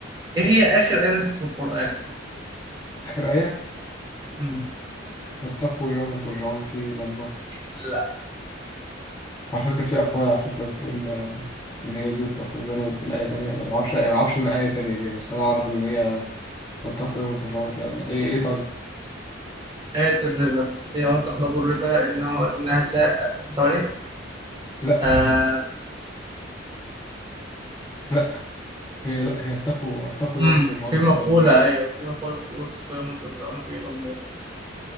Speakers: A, on the right; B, on the left.
A: إيه هي آخر آية نزلت في القرآن
B: آخر آية
A: مم.
B: واتقوا يوم ترجعون فيه إلى الله
A: لا
B: على فكرة في أقوال على فكرة بتقول آه، إن هي دي وفي أقوال تانية بتقول آية تانية معرفش معرفش من آية تانية دي بس أنا أعرف إن هي واتقوا يوم ترجعون فيه إلى الله إيه إيه طيب
A: آية الربا هي ولا تقربوا الربا إنه إنها ساء ثواني
B: لا
A: آه.
B: لا هي لا هي اتقوا اتقوا
A: مم.
B: يوم ترجعون
A: في مقولة
B: فيه إلى الله
A: أيوة في مقولة بتقول اتقوا يوما ترجعون فيه إلى الله